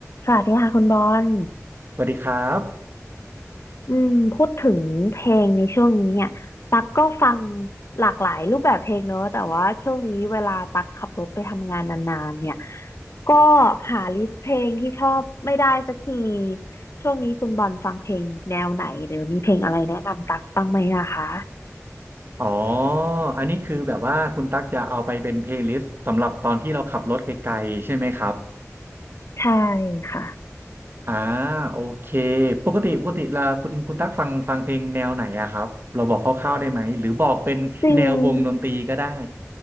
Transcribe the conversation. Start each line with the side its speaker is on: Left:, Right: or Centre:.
Left: สวัสดีค่ะคุณบอล
Right: สวัสดีครับ
Left: อืมพูดถึงเพลงในช่วงนี้เนี่ยตักก็ฟังหลากหลายรูปแบบเพลงเนอะ แต่ว่าช่วงนี้เวลาตักขับรถไปทำงานนานๆเนี่ย ก็หาลิสต์เพลงที่ชอบไม่ได้สักที ช่วงนี้คุณบอลฟังเพลงแนวไหนหรือมีเพลงอะไรแนะนำตักบ้างไหมนะคะ
Right: อ๋ออันนี้คือแบบว่าคุณตั๊กจะเอาไปเป็นเพลย์ลิสต์สำหรับตอนที่เราขับรถไกลๆใช่ไหมครับ
Left: ใช่ค่ะ
Right: อ่าโอเคปกติปกติละคุณคุณตั๊กฟังฟังเพลงแนวไหนอะครับ เราบอกคร่าวๆได้ไหมหรือบอกเป็นแนววงดนตรีก็ได้
Left: จริง